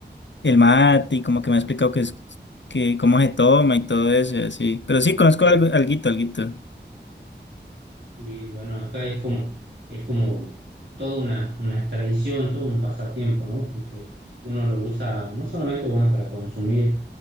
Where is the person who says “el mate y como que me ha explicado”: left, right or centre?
Left